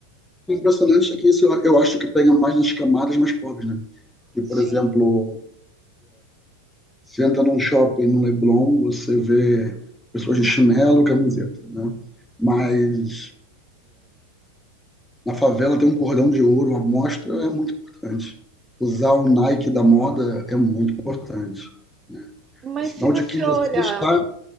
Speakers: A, in the centre; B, on the right.
A: impressionante é que isso eu, eu acho que pega mais nas camadas mais pobres, né? Que,
B: Sim.
A: por exemplo, Você entra num shopping no Leblon, você vê pessoas de chinelo, camiseta, né? Mas na favela tem um cordão de ouro, a mostra é muito importante. Usar o Nike da moda é muito importante, né?
B: Mas
A: É sinal
B: se você
A: de que você
B: olhar
A: está...